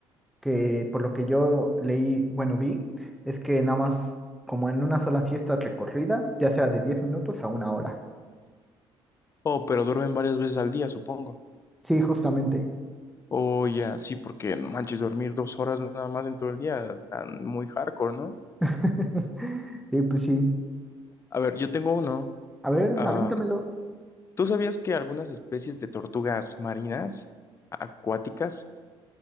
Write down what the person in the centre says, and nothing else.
que por lo que yo leí, bueno, vi, es que nada más como en una sola siesta recorrida, ya sea de 10 minutos a una hora.
Sí, justamente.
<laughs> Y pues sí.
A ver,
avéntamelo.